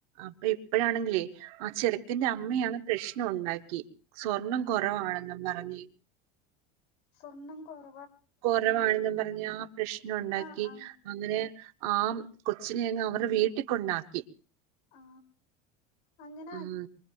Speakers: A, on the right; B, on the left.
A: അപ്പൊ ഇപ്പോഴാണെങ്കിലേ ആ ചെറ്ക്കന്റെ അമ്മയാണ് പ്രശ്നം ഉണ്ടാക്കി സ്വർണ്ണം കൊ ആണെന്നും പറഞ്ഞ്
B: സ്വർണ കൊറ
A: കുറവാണെന്നും പറഞ്ഞഞ് ആ പ്രശ്നം ഉണ്ടാക്കി
B: ആ ആ
A: അങ്ങനെ ആ കൊച്ചിനെങ്ങ് അവരുടെ വീട്ടി കൊണ്ടാക്കി.
B: ആ അങ്ങനെ
A: ഉം